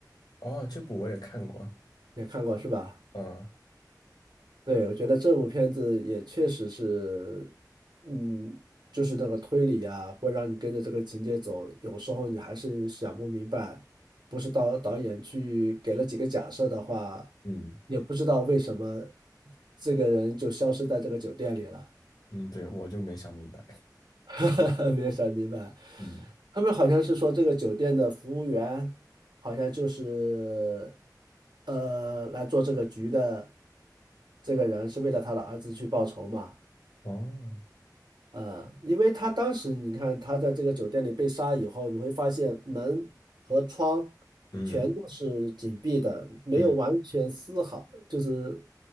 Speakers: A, on the left (about 70°); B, on the right (about 85°).
A: 哦，这部我也看过。
B: 也看过是吧？
A: 嗯
B: 对，我觉得这部片子也确实是，嗯，就是那个推理啊，会让你跟着这个情节走，有时候你还是想不明白，不是导导演去给了几个假设的话，
A: 嗯
B: 也不知道为什么这个人就消失在这个酒店里了，
A: 嗯，对，我就没想明白。
B: <laughs> 没有想明白。
A: 嗯，
B: 他们好像是说这个酒店的服务员好像就是呃来做这个局的这个人是为了他的儿子去报仇嘛。
A: 哦，
B: 呃，因为他当时你看他在这个酒店里被杀以后，你会发现门和窗全都是紧闭的，
A: 嗯
B: 没有完全丝毫，
A: 嗯
B: 就是